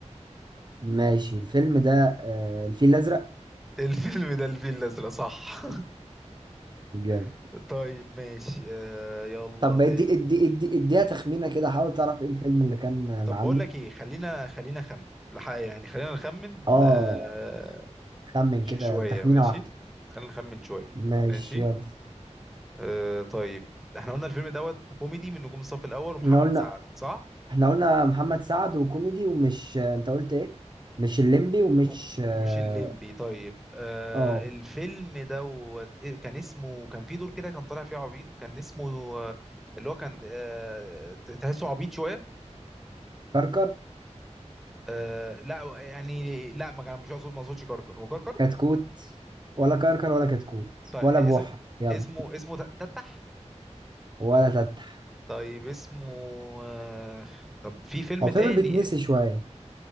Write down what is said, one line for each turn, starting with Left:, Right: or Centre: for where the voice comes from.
Right: ماشي الفيلم ده آه الفيل الأزرق
Centre: الفيلم ده الفيل الازرق صح
Right: جامد
Centre: <laughs> طيب ماشي آه يلا
Right: طب
Centre: تاني
Right: ادي ادي ادي اديها تخمينة كده حاول تعرف ايه الفيلم اللي كان آه،
Centre: طب
Right: عندي
Centre: بقول لك ايه خلينا خلينا نخمن لحق يعني خلينا نخمن
Right: اه
Centre: آه
Right: خمن
Centre: ش-
Right: كده
Centre: شويه
Right: تخمينة
Centre: ماشي
Right: واحدة
Centre: خلينا نخمن شويه
Right: ماشي
Centre: ماشي
Right: يلا
Centre: آه طيب احنا قلنا الفيلم دوت كوميدي من نجوم الصف الاول ومحمد
Right: احنا قلنا
Centre: سعد صح
Right: احنا قلنا محمد سعد وكوميدي ومش آه، انت قلت ايه مش الليمبي ومش
Centre: و-
Right: اه
Centre: ومش الليمبي طيب آه
Right: آه،
Centre: الفيلم دوت إيه كان اسمه كان في دور كده كان طالع فيه عبيط كان اسمه آه، اللي هو كان آه ت- تحسه عبيط شويه
Right: كركر
Centre: آه لا يعني لا ما كان مش اقصد ما اقصدش كركر هو كركر
Right: كتكوت ولا كركر ولا كتكوت
Centre: طيب
Right: ولا
Centre: اس-
Right: بوحة يلا
Centre: اسمه اسمه ت- تتح
Right: ولا تتح
Centre: طيب اسمه آه طب في فيلم
Right: هو
Centre: تاني
Right: فيلم بيتنسي شوية